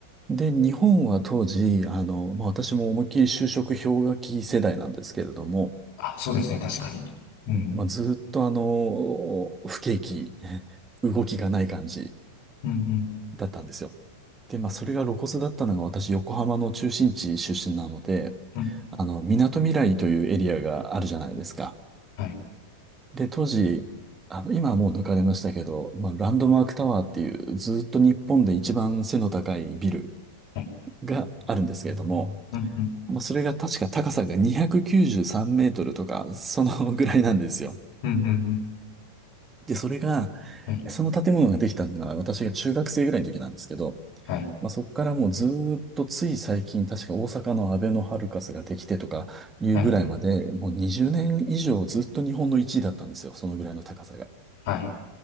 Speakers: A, on the right; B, on the left.
A: で、日本は当時、あの、まあ、私も思いっきり就職氷河期世代なんですけれども、
B: あ、そうですね、確かに。うん。
A: うんまあ、ずーっとあの、不景気、<laughs> 動きがない感じ
B: うん。
A: だったんですよ。で、まあ、それが露骨だったのが私、横浜の中心地出身なので、
B: うん。
A: あの、みなとみらいというエリアがあるじゃないですか。
B: はい。
A: で、当時、あの、今はもう抜かれましたけど、まあ、ランドマークタワーっていう、ずっと日本で一番背の高いビル
B: はい。
A: があるんですけれども、
B: うん。うん。
A: もうそれが確か高さが293メートルとか、そのぐらいなんですよ。
B: うん。うん。
A: で、それが、
B: はい。
A: その建物ができたのが私が中学生ぐらいの時なんですけど、
B: はい。
A: まあ、そこからもうずーっとつい最近、確か大阪のアベノハルカスができてとかいうぐらいまで、
B: はい。
A: もう20年以上ずっと日本の一位だったんですよ、そのぐらいの高さが。
B: はい。